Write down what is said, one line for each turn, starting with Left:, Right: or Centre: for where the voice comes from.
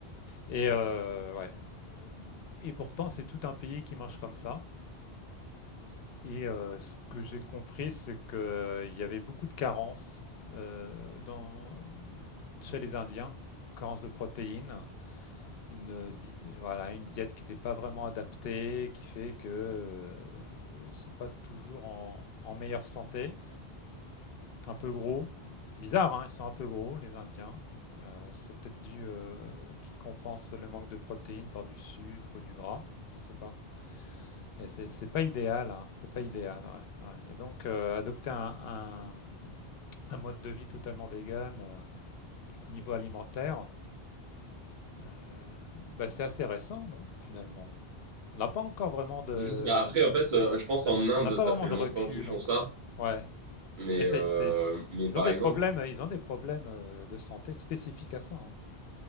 Left: Et, euh, ouais. et pourtant c'est tout un pays qui mange comme ça. Et euh, ce que j'ai compris, c'est qu'il y avait beaucoup de carences euh, dans, chez les Indiens, carences de protéines, une, euh, di- voilà, une diète qui n'est pas vraiment adaptée, qui fait qu'ils euh, sont pas toujours en, en meilleure santé, un peu gros, bizarre, hein, ils sont un peu gros les Indiens. Euh, c'est peut-être dû euh, qu'ils compensent le manque de protéines par du sucre, du gras, je ne sais pas. Et c'est pas idéal, hein. c'est pas idéal. ouais, ouais. Et donc euh, adopter un, un- un mode de vie totalement vegan euh, au niveau alimentaire, euh, bah, c'est assez récent, non, finalement. On n'a pas encore vraiment de,
Right: Je sais pas. Après, en fait, euh, je pense
Left: on
Right: en
Left: n'a
Right: Inde,
Left: on n'a pas
Right: ça
Left: vraiment
Right: fait longtemps
Left: de recul
Right: qu'ils font
Left: encore.
Right: ça,
Left: Ouais,
Right: mais,
Left: mais
Right: euh,
Left: c'est, c'est- c'est-
Right: mais
Left: ils
Right: par
Left: ont des
Right: exemple,
Left: problèmes, ils ont des problèmes euh, de santé spécifiques à ça. hein.